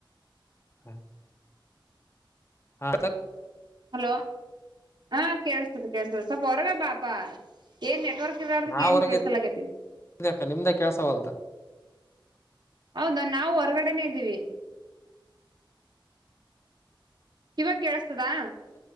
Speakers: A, on the left; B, on the right.
A: ಹ್ಮ ಹಾ
B: ಹಲೋ ಹಾ ಕೇಳಸ್ತದೆ ಕೇಳಸ್ತದೆ ಸ್ವಲ್ಪ ಹೊರಗ ಬಾಪಾ ಏನ್ ನೆ <unintelligible>
A: ನಾ
B: ಏನು
A: ಹೊರಗಿದ್ದೆ
B: ಕಳ್ಸಲಗೖತಿ.
A: ಅಕ್ಕ ನಿಮ್ದೇ ಕೇಳ್ಸವಲ್ದ
B: ಹೌದಾ ನಾವು ಹೊರಗಡೆನೆೇ ಇದ್ದೀವಿ. ಇವಾಗ ಕೇಳಸ್ತದಾ?